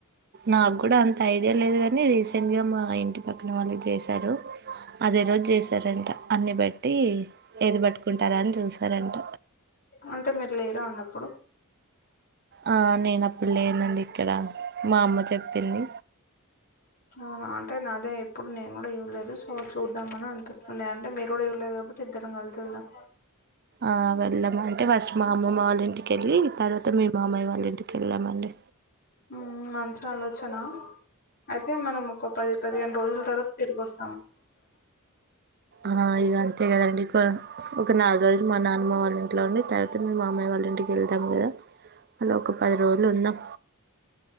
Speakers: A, on the right (about 45°); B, on the left (about 40°).
A: నాకు కూడా అంత ఐడియా లేదు గానీ రీసెంట్ గా మా ఇంటికి పని వాళ్ళకి చేశారు అదే రోజు చేశారంట అన్ని బట్టి బట్టి ఏది పట్టుకుంటారా అని చూసారంట
B: అంటే మీరు లేరా ఉన్నప్పుడు
A: ఆ నేను అప్పుడు లేనండి ఇక్కడ మా అమ్మ చెప్పింది
B: హ అంటే నాదే ఎప్పుడు నేను కూడా చూడలేదు సో చూద్దామని అనిపిస్తుంది అంటే మీరు కూడా చూడలేదా ఇప్పుడుకి ఇద్దరం కలిసి వెళదాం
A: ఆ వెళ్ళాము అంటే ఫస్ట్ మా అమ్మమ్మ వాళ్ళ ఇంటికి వెళ్ళి తర్వాత మీ మామయ్య వాళ్ళింటికి వెళ్ళామండి
B: ఆ మంచి ఆలోచన అయితే మనం ఒక పది పదిహేను రోజుల తర్వాత తిరిగి అస్
A: ఆ ఇక అంతే కదండి ఒక ఒక నాలుగు రోజులు మా నాన్ అమ్మ వాళ్ళ ఇంట్లో ఉండి తర్వాత మీ మామయ్య వాళ్ళ ఇంటికి వెళ్దాం కదా అలా ఒక పది రోజులు ఉందాం